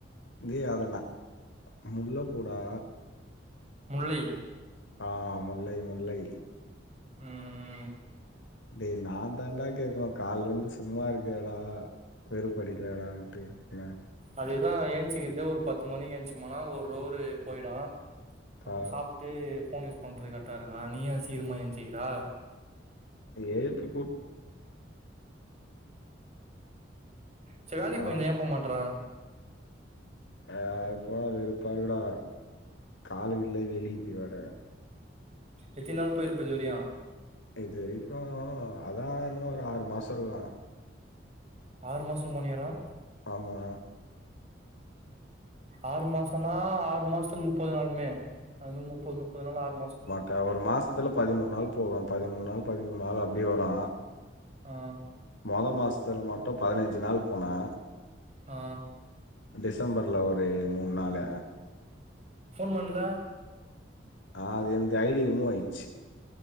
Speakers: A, on the left; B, on the right.
A: டேய் அது நா முல்ல பூ டா
B: முல்லை
A: ஆ முல்லை முல்லை
B: ம்ம்
A: டேய் நாதான்டா கேக்கனு கால்ல இருந்து சும்மா இருக்யாடா வெறுப் படிக்கலடாண்ட்டு என்ன
B: அதுதா ஏஞ்ச்சுக்கிட்டு ஒரு பத்து மணி ஏஞ்ச்சுமனா ஒரு ரோரு போயிடு அப்பறோ
A: ஆ
B: சாப் ட்டு ஃபோன் யூஸ் பண்றது கரெக்டா இருக்கு நீ ஏ சீக்ரமா ஏஞ்சுக்கிறா
A: ஏ இப்பி
B: சேரி வேலைக்கு போயிருந்த
A: ஆ
B: ஏ போ மாட்ற
A: அ அங்க போனா வெறுப்பாருக்டா கால் வில்லே வெலிக்து வேற
B: எத்து நாள் போயிருப்ப இதுவரியு
A: இதுரைக்கு அதா எனா ஒரு ஆறு மாசொ இருக்கு
B: ஆறு மாசம் போனியாடா
A: ஆமா
B: ஆறு மாசம்னா ஆறு மாசத்ல முப்பது நாளுமே அது மாரி முப்பது முப்பது நாள் ஆறு மாசோ
A: கா ஒரு மாசத்துல பதிமூண் நாள் போவே பதிமூண் நாள் பதிமூண் நாள் அப்டி வரு
B: ஆ
A: மொதோ மாதத்துல மட்டு பதினஞ்சு நாள் போனே
B: ஆ
A: டிசம்பர்ல ஒரு மூண் நாள்
B: ஃபோன் பண்ல
A: ஆ அது எந்து ஐ டி ரிமூவ் ஆயிருச்சு